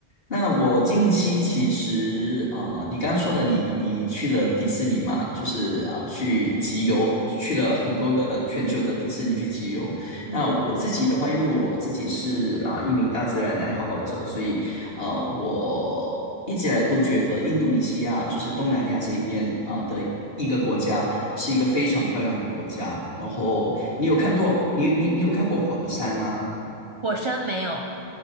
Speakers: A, on the left; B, on the right.
A: 那我近期其实啊、呃你刚刚说了你你去了迪士尼嘛，就是啊、去集邮，去了很多个全球的迪士尼去集邮。
B: 嗯，
A: 那我自己的话，因为我自己是啊、一名大自然爱好者，所以啊、我一直以来都觉得印度尼西亚就是东南亚这一边啊、的一个国家是一个非常漂亮的国家。然后你有看过你你你有看过火山吗？
B: 火山没有，